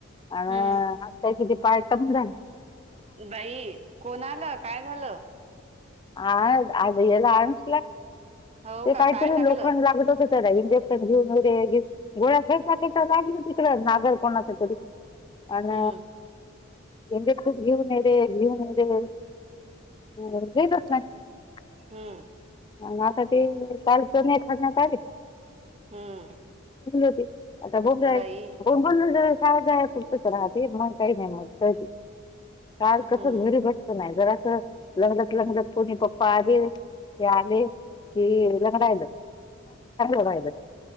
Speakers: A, on the left; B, on the right.
A: आ.. आता
B: हम्म
A: काही किती पाय टमून राहिला.
B: बाई कोणाला, काय झालं.
A: आ आज याला अनंश ला,
B: हो
A: ते
B: का
A: कायत
B: काय
A: नाही
B: लागलं
A: लोखंड लागत असेल. इंजेक्शन घेऊन वगैरे घेऊ, गोळ्या खेळता खेळता लागल तिकड गर कोणाच तरी. आण.
B: हम्म
A: इंजेक्शन घेऊन ये रे घेऊन ये रे घेतस नाही. <unintelligible>
B: हम्म.
A: आणि आता ती काल दो नाही खण्यात आली. <unintelligible>
B: हम्म.
A: <unintelligible>
B: बाई
A: <unintelligible> राह ते मग काही नाही मग जाती. काल
B: हम्म
A: कसच घरी बटत नाही, जरास असं लंगलत लंगलत कोणी पप्पा आले. ते आले कि लगडायल, <unintelligible>